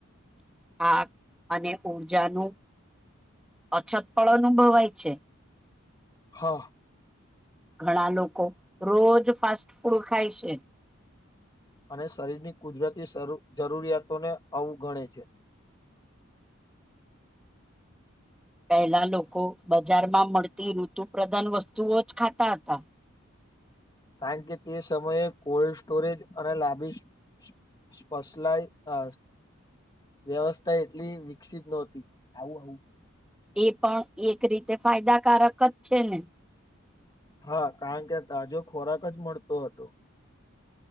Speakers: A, in the centre; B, on the left (about 20°).
A: આક અને ઉઊર્જાનું અછત ફળ અનુભવાય છે.
B: હા.
A: ઘણા લોકો રોજ ફાસ્ટ ફૂડ ખાય છે.
B: અને શરીરની કુદરતી શરૂ જરૂરિયાતોને અવું ગણે છે.
A: પહેલા લોકો બજારમાં મળતી ઋતુ પ્ર્રદાન વસ્તુઓ જ ખાતા હતા.
B: કારણ કે તે સમયે કોલ્ડ સ્ટોરેજ અને લાબી સ્પશલાય અ વ્યવસ્થા એટલી વિકસિત નહતી આવું આવું
A: એ પણ એક રીતે ફાયદાકારક જ છે ને.
B: હા કારણ કે તાજો ખોરાક જ મળતો હતો.